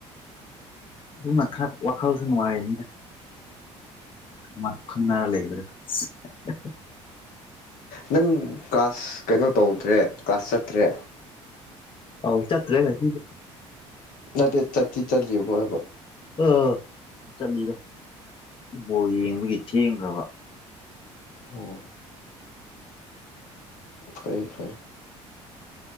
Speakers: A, on the left (about 35°); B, on the left (about 65°).
A: ꯑꯗꯨꯅ ꯈꯔ ꯋꯥꯈꯜꯁꯨ ꯅꯨꯡꯉꯥꯏꯅꯤꯅ꯫ ꯃꯥ ꯈꯪꯅꯔ ꯂꯩ <unintelligible>
B: ꯅꯪ ꯀ꯭ꯂꯥꯁ ꯀꯩꯅꯣ ꯇꯧꯗ꯭ꯔꯦ ꯀ꯭ꯂꯥꯁ ꯆꯠꯇ꯭ꯔꯦ?
A: ꯑꯥꯎ ꯆꯠꯇ꯭ꯔꯦ ꯉꯁꯤꯗꯤ꯫
B: ꯅꯠꯇꯦ ꯆꯠꯇꯤ ꯆꯠꯂꯤꯕꯣ ꯍꯥꯏꯕ?
A: ꯑ ꯆꯠꯂꯤꯗ ꯕꯣꯜ ꯌꯦꯡꯕꯒꯤ ꯊꯦꯡꯈ꯭ꯔꯕ꯫
B: ꯑꯣ ꯐꯩ ꯐꯩ